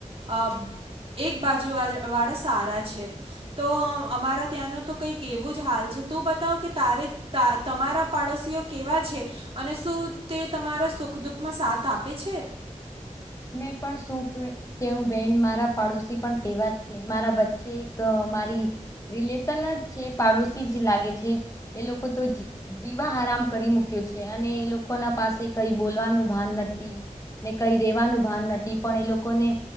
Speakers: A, on the right (about 45°); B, on the left (about 25°).
A: અ એક બાજુ વા વાળા સારા છે તો અમારા ત્યાંનો તો કંઈક એવું જ હાલ છે તું બતાવ કે તારે ત તમારા પાડોશીઓ કેવા છે અને શું તે તમારા સુખ દુઃખ માં સાથ આપે છે.
B: <inaudible> મેં પણ શું કેવું બેન મારા પાડોશી પણ તેવા જ છે મારા વચ્ચે એક આ મારી રિલેશન જ છે પાડોશી જ લાગે છે એ લોકો તો જીવા હરામ કરી મૂકે મૂક્યો છે અને એ લોકો ના પાસે કઈ બોલવાનું ભાન નથી ને કઈ રેવાનું ભાન નથી પણ એ લોકોને